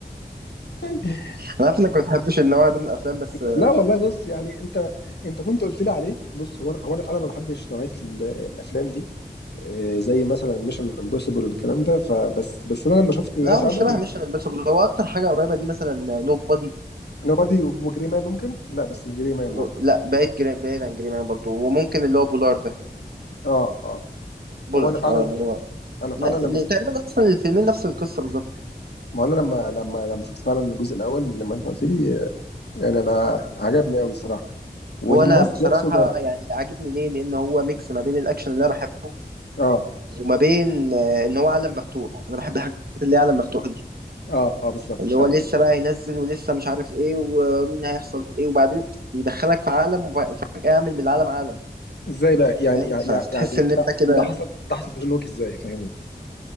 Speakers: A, on the left; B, on the right.
A: <laughs>
B: انا عارف انك ما بتحبش النوع ده من الافلام بس آه،
A: لا والله بص يعني انت انت كنت قلت لي عليه بص هو انا هو انا فعلا ما بحبش نوعيه ال- الافلام دي آه، زي مثلا ميشن امبوسيبل والكلام ده فبس بس انا لما شفت ده
B: لا
A: فعلا
B: هو مش شبه ميشن امبوسيبل هو اكتر حاجه قريبه ليه مثلا نو بادي
A: نوبادي وجري مان ممكن لا بس مش جري مان
B: و...
A: برضه
B: لا بعيد جري... بعيد عن جري مان برضه وممكن اللي هو بولار ده
A: اه اه
B: بولار
A: هو انا فعلا
B: اه اللي هو
A: انا فعلا
B: لا، اللي
A: لما شفت
B: تقريبا اصلا الفيلمين نفس القصه بالظبط
A: ما انا لما لما لما شفت فعلا الجزء الاول لما انت قلت لي آه، يعني انا عجبني قوي الصراحه والممثل
B: هو انا بصراحه
A: نفسه جامد
B: يعني عاجبني ليه لان هو ميكس ما بين الاكشن اللي انا بحبه
A: اه
B: وما بين آه، ان هو عالم مفتوح انا بحب الحاجات اللي هي عالم مفتوح دي
A: اه اه بالظبط
B: اللي
A: فعلا
B: هو لسه بقى ينزل ولسه مش عارف ايه ومين هيحصل ايه وبعدين يدخلك في عالم وب- وفجاه يعمل من العالم عالم
A: ازاي بقى يعني
B: فاهم
A: يعني
B: ف- فتحس
A: يعني
B: ان
A: ده
B: انت كده
A: ده حصل ده حصل في جون ويك ازاي فاهمني